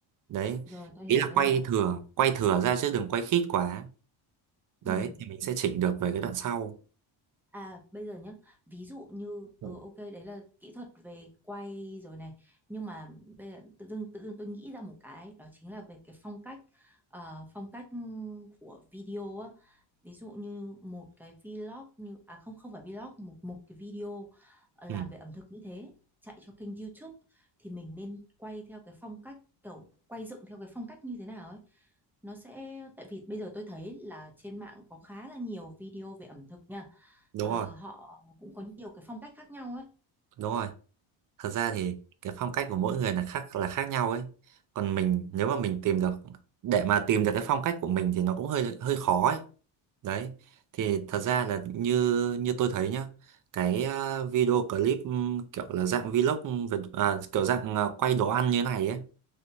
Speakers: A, on the right (about 45°); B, in the centre.
A: đấy
B: Rồi, tôi
A: ý
B: hiểu,
A: là
B: tôi
A: quay
B: hiểu.
A: thừa quay thừa ra chứ đừng quay khít quá đấy
B: Ừ.
A: thì mình sẽ chỉnh được về cái đoạn sau
B: À, bây giờ nhá, ví dụ như,
A: Ừ.
B: ừ, ok, đấy là kỹ thuật về quay rồi này. Nhưng mà bây giờ tự dưng, tự dưng tôi nghĩ ra một cái, đó chính là về cái phong cách, ờ, phong cách ừ, của video á. ví dụ như một cái vlog như à không không phải vlog một một cái video ờ, làm
A: ừ,
B: về ẩm thực như thế chạy cho kênh YouTube thì mình nên quay theo cái phong cách kiểu quay dựng theo cái phong cách như thế nào ấy nó sẽ tại vì bây giờ tôi thấy là trên mạng có khá là nhiều video về ẩm thực nha
A: đúng
B: Ờ,
A: rồi
B: họ cũng có nhiều cái phong cách khác nhau ấy
A: đúng rồi thật ra thì cái phong cách của mỗi người là khác là khác nhau ấy còn mình nếu mà mình tìm được để mà tìm được cái phong cách của mình thì nó cũng hơi hơi khó ấy Đấy, thì thật ra là như như tôi thấy nhá, cái ờ, video clip ừm, kiểu là dạng vlog về à, kiểu dạng ờ, quay đồ ăn như này ấy